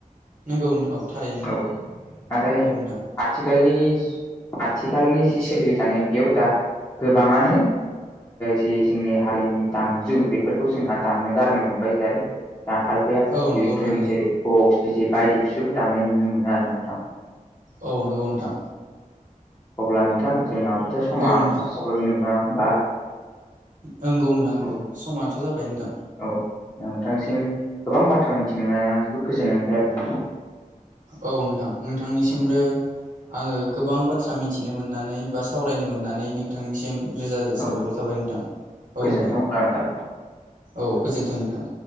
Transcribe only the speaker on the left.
ओ नाथाय
आथिखालनि आथिखालनि जि सोलिबाय थानाय बेयाव दा गोबाङानो जि जोंनि हारिनि दामजु बे बेफोरखौ जोंहा दामनो गारनो हमबाय जेरै जों खायफाया
इलेकट्रनिक
जेरै बायदिखौसोबो दामनाय नुनो मोनो आरो नोंथां
अब्ला नोंथां जोंनाबोथ' समा
साबायगोन नङा होमबा
औ
औ नोंथांसिम गोबां बाथ्रा मिथिनो मोननानै आं जोबोद गोजोननाय मोनबाय आरो नोंथां।
औ
औ
गोजोन्थों
अब्ला नोंथां।